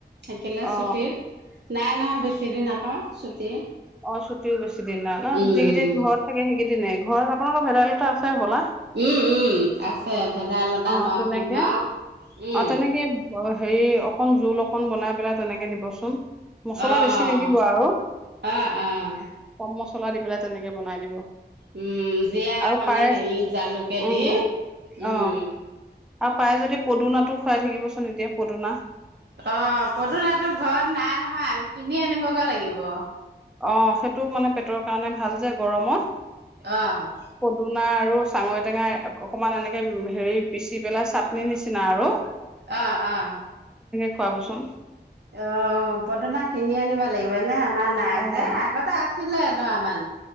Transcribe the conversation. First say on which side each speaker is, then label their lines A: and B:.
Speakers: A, on the right (about 75°); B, in the centre.
A: থাকিলে
B: অ
A: ছুটিত নাই নহয় বেছিদিন আকৌ ছুটি
B: অ ছুটিও বেছি দিন নাই ন
A: উম,
B: যি কেইদিন ঘৰত থাকে সেইকেইদিনে ঘৰত আপোনালোকৰ ভেদাইলতা আছে হ'লা
A: উম উম আছে ভেদাইলতা
B: অ
A: নৰসিংহ
B: তেনেকে
A: উম'।
B: অ তেনেকে হেৰি অকন জোল অকন বনাই পেলাই তেনেকে দিবচোন মছলা
A: অ',
B: বেছি নিদিব আৰু
A: অ', অ',
B: কম মছলা দি পেলাই তেনেকে বনাই দিব
A: উম জীৰাকণে
B: আৰু পাৰে
A: হেৰি জালুকে
B: উম
A: দি উম।
B: অ আৰু পায় যদি পদুনাটো খুৱাই থাকিবচোন এতিয়া পদুনা।
A: অ', পদুনাটো ঘৰত নাই নহয়ি কিনি আনিবগৈ লাগিব।
B: অ', সেইটো মানে পেটৰ কাৰণে ভাল যে গৰমত,
A: অ',
B: পদুনা আৰু চাঙৰি টেঙাই অকমান এনেকে হেৰি পিচি পেলাই চাটনি নিচিনা আৰু।
A: অ', অ'।
B: খোৱাব চোন
A: অ, পদনা কিনি আনিব লাগিব এনে আমাৰ নাই
B: অ',
A: যে আগতে আ আছিলে এদৰা মান